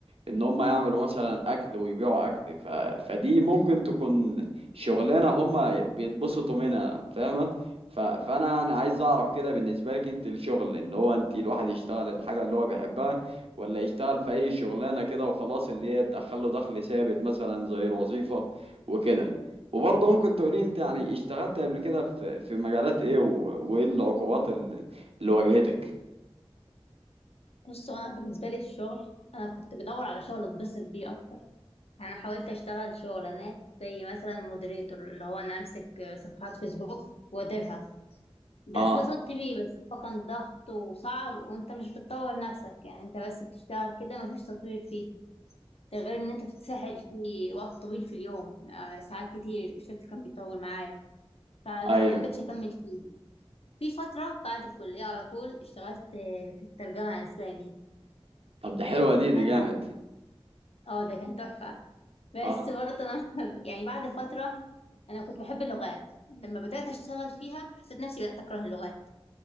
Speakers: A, on the right (about 70°); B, on the left (about 75°).
A: ان هم يعملوا مثلا اكل ويبيعوا اكل ف... فدي ممكن تكون شغلانه هم بيتبسطوا منها فاهمه ف... فانا يعني عايز اعرف كده بالنسبه لك انت الشغل ان هو انت الواحد يشتغل الحاجه اللي هو بيحبها ولا يشتغل في اي شغلانه كده وخلاص اللي هي تدخل له دخل ثابت مثلا زي الوظيفه وكده وبرضه ممكن تقولي انت يعني اشتغلت قبل كده في في مجالات ايه و- وايه العقوبات ال- اللي واجهتك
B: بص هو انا بالنسبه لي الشغل انا كنت بدور على شغل اتبسط بيه اكتر انا حاولت اشتغل شغلانات زي مثلا مودريتور اللي هو انا امسك صفحات فيسبوك واديرها ده
A: اه
B: اتبسطت بيه بس هو كان ضغط وصعب وانت مش بتطور نفسك يعني انت بس بتشتغل كده مفيش تطوير فيه ده غير ان انت بتتسحل فيه وقت طويل في اليوم آه، ساعات كتير الشفت كان بيطول معايا فده
A: ايوه
B: ما حبيتش اكمل فيه في فتره بعد الكليه على طول اشتغلت آه، في الترجمه اسباني
A: طب ده
B: دي
A: حلوه دي
B: كنت
A: دي
B: هتعلم
A: جامد
B: اه ده كان تحفة بس
A: اه
B: برضه انا <laughs> يعني بعد فترة انا كنت بحب اللغات لما بدأت اشتغل فيها حسيت نفسي بدأت اكره اللغات